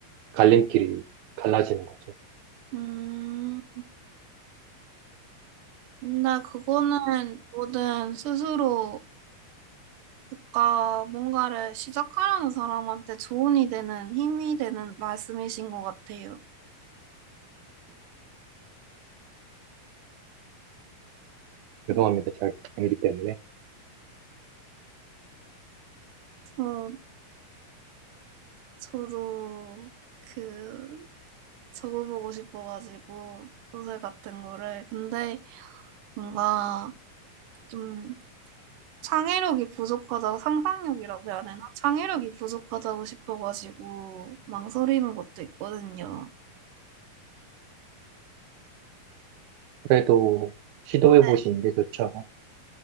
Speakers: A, on the right; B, on the right.
A: 갈림길이 갈라지는 거죠.
B: 음, 근데 그거는 뭐든 스스로 그니까 뭔가를 시작하려는 사람한테 조언이 되는 힘이 되는 말씀이신 것 같아요.
A: 죄송합니다.
B: 음,
A: 잘 모르기 때문에.
B: 저 저도 그 적어보고 싶어가지고 소설 같은 거를 근데 뭔가 좀 창의력이 부족하다, 상상력이라고 해야 되나? 창의력이 부족하다고 싶어가지고 망설이는 것도 있거든요.
A: 그래도 시도해
B: 네.
A: 보시는 게 좋죠.